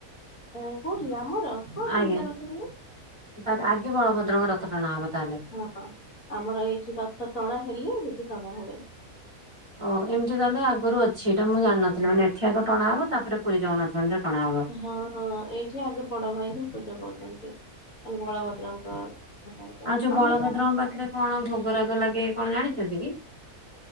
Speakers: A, on the left; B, on the right.
A: ଏଁ କୋଉଠି ଆମର? ହଁ ତିନିଟା
B: ଆଜ୍ଞା
A: ରଥ ହୁଏ
B: ତାହେଲେ ଆଜି ବଳଭଦ୍ରଙ୍କ ରଥ ଟଣା ହବ ତାହେଲେ।
A: ହଁ ଆମର ଏଇଠି ରଥ ଟଣା ହେଲେ ସେଠି ଟଣା ହୁଏ।
B: ଓ ଏମିତି ତାହେଲେ ଆଗରୁ ଅଛି ଏଇଟା ମୁଁ ଜାଣିନଥିଲି ମାନେ ଏଠି ଆଗ ଟଣା ହବ ତାପରେ ପୁରୀ ଜଗନ୍ନାଥ ମନ୍ଦିର ଟଣାହବ।
A: ହଁ ହଁ ଏଇଠି ଆଗେ ବଡ ଭାଇ କୁ ପୂଜା ପାଉଛନ୍ତି ମାନେ ବଳଭ ଭଦ୍ରଙ୍କ <unintelligible> ଏଇଟା
B: ଆଉ ଯୋଉ ବଳଭଦ୍ରଙ୍କ
A: ଆମେ ଯାହା
B: ପାଖରେ କଣ ଭୋଗରାଗ ଲାଗେ କଣ ଜାଣିଚନ୍ତି କି?